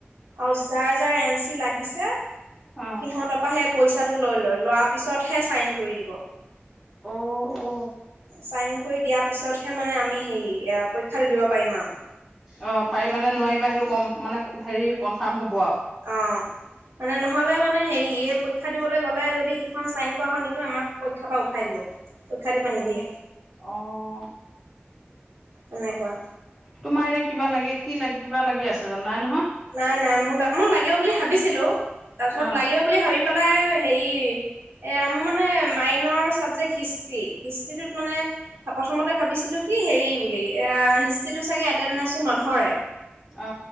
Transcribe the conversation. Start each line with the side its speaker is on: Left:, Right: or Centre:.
Right: অ', যাৰ যাৰ এন চি ই লাগিছে
Centre: অ
Right: সিহঁতৰ পাহে পইচাটো লৈ লয়, লোৱাৰ পিছতহে চাইন কৰি দিব,
Centre: অ
Right: চাইন কৰি দিয়াৰ পিছতহে মানে আমি হেৰি, পৰীক্ষাটো দিব পাৰিম আৰু।
Centre: অ', পাৰিবা নে নোৱাৰিবা, সেইটো কম মানে হেৰি কনফাৰ্ম হ'ব আৰু।
Right: অ', মানে নহ'লে মানে হেৰি য়ে পৰীক্ষা দিবলৈ গ'লে যদি সিখন চাইন কৰাখন নিনো, আমাক পৰীক্ষাৰ পৰা উঠাই দিব। পৰীক্ষা দিব
Centre: অ',
Right: নিদিয়ে
Centre: অ',
Right: তেনেকুৱা
Centre: তোমাৰ এতিয়া কিবা লাগে? কি লাগ, কিবা লাগি আছে জানো? নাই নহয়
Right: নাই, নাই, মোৰ লা, মোৰ লাগিব বুলি ভাবিছিলোঁ, তাৰপিছত
Centre: অ
Right: লাগিব বুলি ভাবি পেলাই হেৰি এয়া মোৰ মানে মাইনৰ চাবজেক্ট হিষ্ট্ৰী, হিষ্ট্ৰীটোত মানে প্ৰথমতে ভাবিছিলোঁ কি হেৰি বুলি, হিষ্ট্ৰীটো চাগে এটেনডেঞ্চটো নধৰে।
Centre: অ